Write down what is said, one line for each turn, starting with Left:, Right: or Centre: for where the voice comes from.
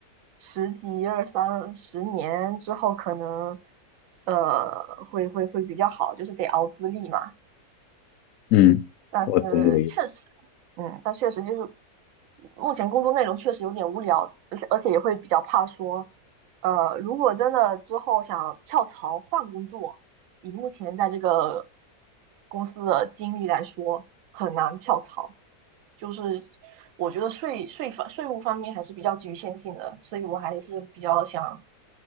Right: 十几、二三十年之后，可能呃会会会比较好，就是得熬资历嘛。
Left: 嗯，
Right: 但是确实，
Left: 我懂你的意思
Right: 嗯但确实就是目前工作内容确实有点无聊，而且而且也会比较怕说，呃，如果真的之后想跳槽换工作，以目前在这个公司的经历来说，很难跳槽。就是我觉得税税法税务方面还是比较局限性的，所以我还是比较想